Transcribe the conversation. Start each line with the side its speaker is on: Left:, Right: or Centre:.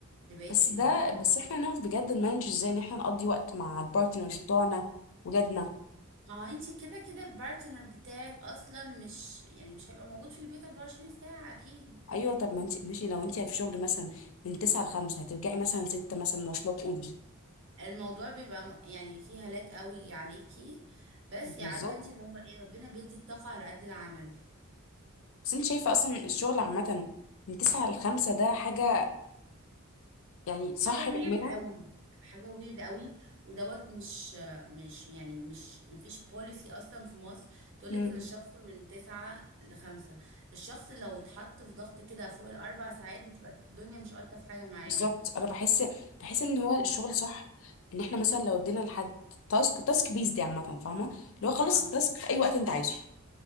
Right: لبقية
Left: بس
Right: الأسبوع
Left: ده بس احنا نعرف بجد نمانج ازاي ان احنا نقضي وقت مع البارتنرز بتوعنا ولادنا
Right: ما هو انتي كده كده البارتنر بتاعك أصلا مش يعني مش هيبقى موجود في البيت 24 ساعة أكيد
Left: ايوه طب ما انت ماشي لو انت في شغل مثلا من 9 ل 5 هترجعي مثلا 6 مثلا مواصلات قولي
Right: الموضوع بيبقى م- يعني فيه هلاك قوي عليكي بس
Left: بالظبط
Right: عارفة انتي اللي هو ايه ربنا بيدي الطاقة على قد العمل
Left: بس انت شايفه اصلا الشغل عامه من 9 ل 5 ده حاجه يعني صح
Right: حاجة
Left: نعملها
Right: ويرد قوي حاجة ويرد قوي ودوت مش مش يعني مش مفيش بوليسي أصلا في مصر تقولك
Left: امم
Right: إن الشخص من تسعة لخمسة الشخص لو اتحط في ضغط كده فوق الأربع ساعات بتبقى الدنيا مش ألطف حاجة معاه
Left: بالظبط انا بحس بحس ان هو الشغل صح ان احنا مثلا لو ادينا لحد تاسك تاسك بيز دي عامه فاهمه اللي هو خلص
Right: اه
Left: التاسك في اي وقت انت عايزه